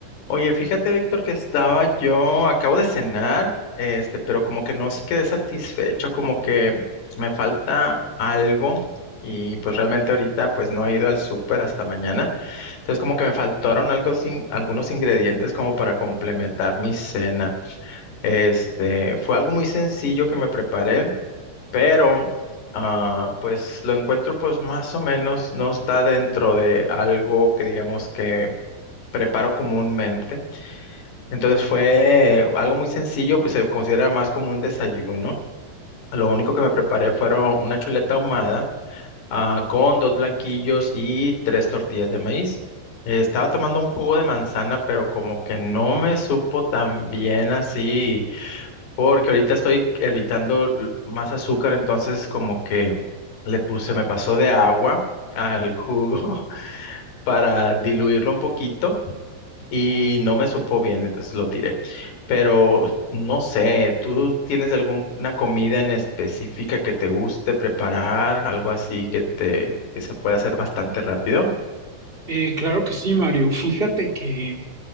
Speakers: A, on the left (about 60°); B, on the right (about 20°).
A: Oye, fíjate, Víctor, que estaba yo, acabo de cenar, este, pero como que no s- quedé satisfecho, como que me falta algo y pues realmente ahorita pues no he ido al súper hasta mañana, entonces como que me faltaron algo sin, algunos ingredientes como para complementar mi cena. Este, fue algo muy sencillo que me preparé, pero ah, pues lo encuentro pues más o menos, no está dentro de algo que digamos que preparo comúnmente. Entonces fue algo muy sencillo, se considera más como un desayuno. Lo único que me preparé fueron una chuleta ahumada, ah, con dos blanquillos y tres tortillas de maíz. Eh, Estaba tomando un jugo de manzana, pero como que no me supo tan bien así, porque ahorita estoy evitando l- más azúcar, entonces como que le puse, me pasó de agua al jugo <laughs> para diluirlo un poquito y no me supo bien, entonces lo tiré. Pero no sé, ¿tú tienes alguna comida en específica que te guste preparar, algo así que te que se pueda hacer bastante rápido?
B: Eh, claro que sí, Mario. Fíjate que